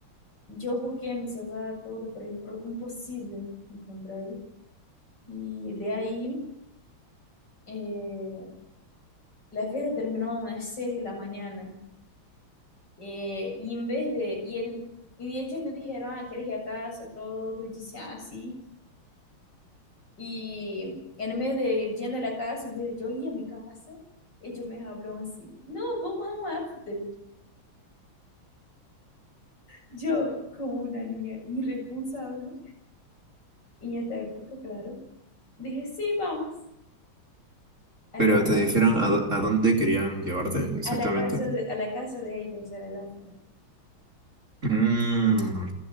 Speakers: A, on the left; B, on the right.
A: yo busqué meu celular todo, pero impro- impossível encontrar aí. E daí, eh, la fiesta terminó a unas 6 de la mañana. Eh, y en vez de, y, el- y ellos me dijeron, ah, ¿quieres ir a casa? Todo, y dice, ah, sí. Y en medio de yendo a la casa, en vez de yo ir a mi casa, ellos me hablaron así, no, vamos a un after. Yo, como una niña irresponsable, y en esta época, claro, dije, sí, vamos. A
B: Pero
A: las
B: te dijeron a, dó- a dónde querían llevarte exactamente.
A: a la casa de, a la casa de ellos, era el África.
B: Mm,